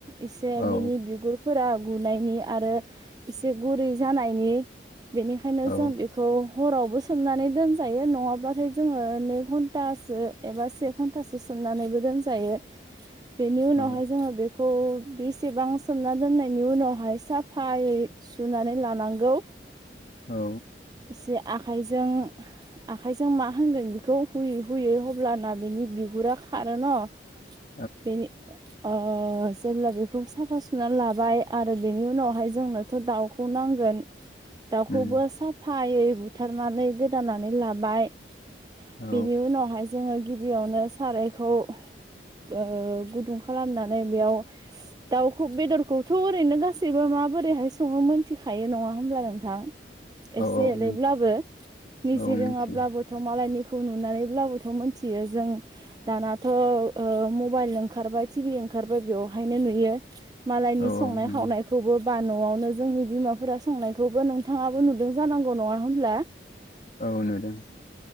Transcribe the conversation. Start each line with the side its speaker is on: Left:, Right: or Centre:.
Right: इसे से
Left: औ
Right: बिनि बिगुरफोरा गुनायनि आरो इसे गुरै जानायनि बेनिखायनो
Left: औ
Right: जों बेख खौ हरावबो सोमनानै दोनजायो नङाब्लाथाय जोङो नै घन्टासो एबा से घन्टासो सोमनानैबो दोनजायो
Left: <inaudible>
Right: बेनि उनावहाय
Left: औ
Right: जोङो बेखौ बेसेबां सोमना दोननायनि उनावहाय साफायै सुनानै लानांगौ
Left: औ
Right: इसे आखाइजों आखाइजों मा होनगोन बिखौ हुयै हुयै हब्लाना बेनि बिगुरा खारो न'
Left: <inaudible>
Right: बे ओ जेब्ला बेखौ साफा सुनानै लाबाय आरो बेनि उनावहाय जोंनोथ' दाउखौ नांगोन दाउखौबो
Left: उम
Right: साफायै बुथारनानै गोदानानै लाबाय
Left: औ
Right: बेनि उनावहाय जोङो गिबियावनो सारायखौ ओ गुदुं खालामनानै बेयाव दाउखौ बेदरखौथ' ओरैनो गासैबो माबोरैहाय सङो मोनथिखायो नङा होमब्ला नों थां
Left: औ
Right: एसे
Left: औ
Right: एलैब्लाबो
Left: मोन-
Right: निजि
Left: औ
Right: रोङाब्लाबो
Left: मिथिगौ
Right: थ' मालायनिखौ नुनानैब्लाबोथ' मिथियो जों दानाथ ओ ' मबाइल ओंखारबाय टिभि ओंखारबाय बेयाव नुयो मालायनि
Left: औ
Right: संनाय
Left: औ नंगौ।
Right: खावनाय खौबो बा न'आवनो जोंनि बिमाफोरा संनायखौबो नोंथाङाबो नुदों जानांगौ नङा होमब्ला
Left: औ नुदों